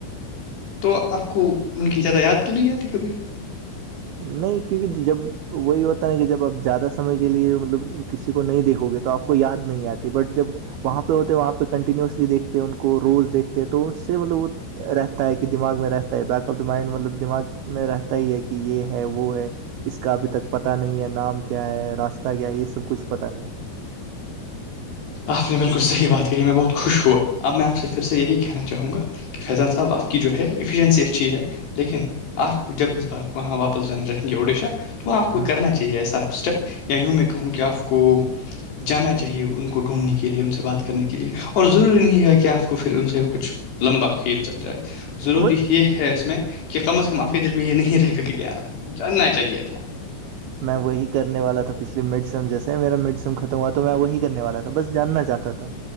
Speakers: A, on the left; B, on the right.
A: تو آپ کو ان کی زدہ یاد تو نہیں آتی کبھی
B: نہیں کیونکہ جب تو وہی ہوتا نا کہ جب آپ زیادہ سمے کے لیے مطلب کسی کو نہیں دیکھو گے تو آپ کو یاد نہیں آتی بٹ جب وہاں پہ ہوتے ہیں وہاں پہ کنٹینیوسلی دیکھتے ہیں ان کو روز دیکھتے تو سے مطلب وہ رہتا ہے کہ دماغ میں رہتا ہے بیک آف دا مائنڈ مطلب دماغ میں رہتا ہی ہے کہ کہ یہ ہے وہ ہے اس کا ابھی تک پتاہ نہیں ہے نام کیا ہے راستہ کیا ہے یہ سب کچھ پتا نہیں
A: آپ نے بالکل صحیح بات کہی میں بہت خوش ہوا اب میں آپ سے پھر سے یہی کہنا چاہوں گا کہ فیضان صاحب آپ کی جو ہے ایفیشنسی اچھی ہے لیکن آپ جب اس بار وہاں واپس جانا چاہیں گے اڈیشہ <inaudible> تو وہ آپ کو
B: ہوں
A: کرنا چاہیے ایسا اسٹیپ یا یوں میں کہوں کہ آپ کو جانا چاہیے ان کو ڈھونڈنے کے لیے ان سے بات کرنے کے لیے اور ضروری نہیں ہے کہ آپ کو پھر ان سے وہ کچھ لمبا کھیل چل جائے ضروری
B: وہی
A: یہ ہے اس میں کہ کم از کم آپ کے دل میں یہ نہیں رہے گا کہ کیای جاننا چاہیے تھا
B: میں وہی کرنے والا تھا پچھلے مڈ سم جیسے میرا مڈ سم ختم ہوا تو میں وہی کرنے والا تھا بس جاننا چاہتا تھا